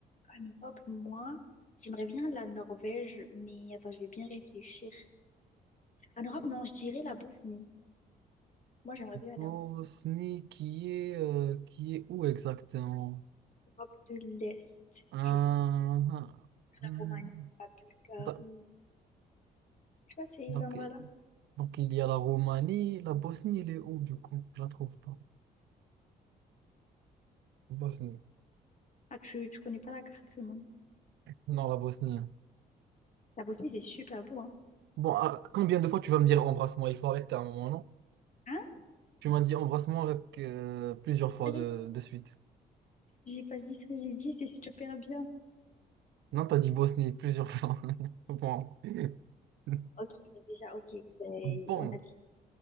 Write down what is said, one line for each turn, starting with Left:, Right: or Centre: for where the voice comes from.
Left: en Europe, moi, j'aimerais bien la Norvège, mais attends, je vais bien réfléchir. En Europe, non, je dirais la Bosnie. Moi, j'aimerais bien aller
Right: Bosnie,
Left: en Bosnie.
Right: qui est, euh, qui est où exactement?
Left: Europe de l'Est,
Right: Hum,
Left: je crois. La
Right: hum,
Left: Roumanie, la Bulgarie.
Right: da-
Left: Tu vois, ces
Right: donc,
Left: endroits-là.
Right: donc, il y a la Roumanie, la Bosnie, elle est où du coup? Je la trouve pas. Bosnie.
Left: Ah, tu, tu connais pas la carte du monde.
Right: Non, la Bosnie. hein.
Left: La Bosnie, c'est super beau, hein.
Right: Bon, ah, combien de fois tu vas me dire embrassement? Il faut arrêter à un moment, non?
Left: Hein?
Right: Tu m'as dit embrassement avec, euh, plusieurs fois
Left: Vas-y.
Right: de, de suite.
Left: J'ai pas dit ça, j'ai dit c'est super bien.
Right: Non, t'as dit Bosnie plusieurs fois. <laughs> Bon. <laughs>
Left: Ok, mais déjà, ok. Ben,
Right: Bon.
Left: on a dit.